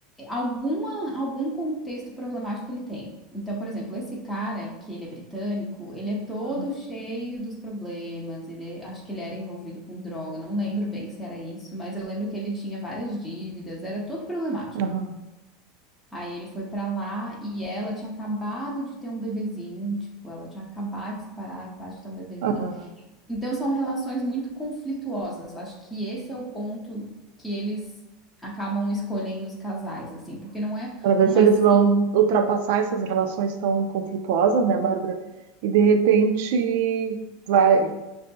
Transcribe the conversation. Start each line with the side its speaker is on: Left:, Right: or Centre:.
Centre: alguma, algum contexto problemático ele tem. Então, por exemplo, esse cara, que ele é britânico, ele é todo
Right: aham,
Centre: cheio dos problemas, ele, acho que ele era envolvido com droga, não lembro bem se era isso, mas eu lembro que ele tinha várias dívidas, era todo problemático.
Right: aham,
Centre: Aí ele foi pra lá e ela tinha acabado de ter um bebezinho, tipo, ela tinha acabado de separar, acabado de ter um bebezinho.
Right: aham.
Centre: Então são relações muito conflituosas. Acho que esse é o ponto que eles acabam escolhendo os casais, assim, porque não é
Right: Para ver
Centre: uma.
Right: se eles
Centre: si-
Right: vão ultrapassar essas relações tão conflituosas, né, Bárbara? E de repente vai.